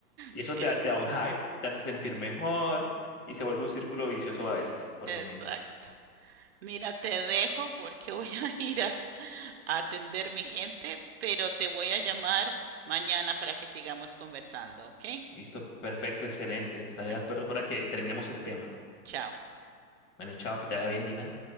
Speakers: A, on the left (about 25°); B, on the right (about 45°).
A: Y
B: ¿cierto?
A: eso te, da- te da un hype, te hace sentir mejor y se vuelve un círculo vicioso a veces, por
B: Exacto.
A: momentos.
B: Mira, te dejo porque voy a ir a, a atender mi gente, pero te voy a llamar mañana para que sigamos conversando, ¿ok?
A: Listo, perfecto, excelente. Estaré de
B: Ok,
A: acuerdo para que terminemos el tema.
B: chao.
A: Bueno, chao, que te vaya bien, Dina.